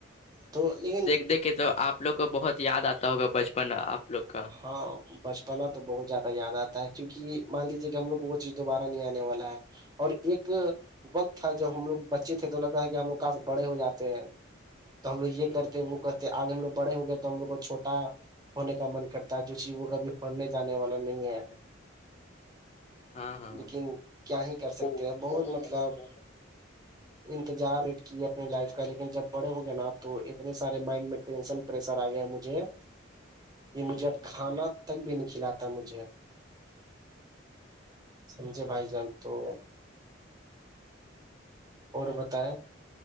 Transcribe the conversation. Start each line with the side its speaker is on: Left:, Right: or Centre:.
Right: تو لیکن
Left: دیکھیں تو آپ آ لوگ کو بہت یاد آتا ہوگا بچپن آپ لوگ کا
Right: ہاں بچپنا تو بہت زیادہ یاد آتا ہے کیونکہ مان لیجے کہ ہم لو کو وہ چیز دوبارہ نہیں آنے والا ہے اور ایک وقت تھا جب ہم لوگ بچے تھے تو لگتا تھا کہ ہم لوگ کاس بڑے ہو جاتے ہیں تو ہم لوگ یہ
Left: جی
Right: کرتے وہ کرتے آگے ہم لوگ بڑے ہو گئے تو ہم لوگ کو چھوٹا ہونے کا من کرتے جو چیز وہ کبھی ہونے جانے والا نہیں ہے
Left: ہاں ہاں
Right: لیکن کیا ہی کر سکتے
Left: کیا
Right: ہیں بہت
Left: ہی
Right: مطلب
Left: کر سکتے
Right: انتظار کیے اپنے لائف کا لیکن جب بڑے ہوگے نا تو اتنے سارے مائنڈ میں ٹینشن پریشر آ گیا مجھے <unintelligible> یہ مجھے
Left: ہیں
Right: اب کھانا تک بھی نہیں کھلاتا مجھے سمھے بھائی جان <unintelligible> تو اور بتائ